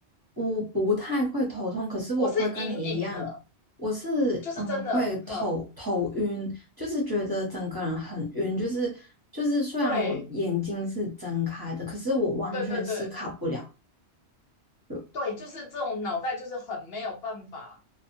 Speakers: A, on the right (about 20°); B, on the left (about 65°).
A: 我不太会头痛，可是我会跟你一样，
B: 我是隐隐的，
A: 我是嗯会头头晕，
B: 就是真的，哼，
A: 就是觉得整个人很晕，就是就是虽然我眼睛是睁开的，
B: 对，
A: 可是我完全思考不了
B: 对对对。
A: 呃
B: 对，就是这种脑袋就是很没有办法，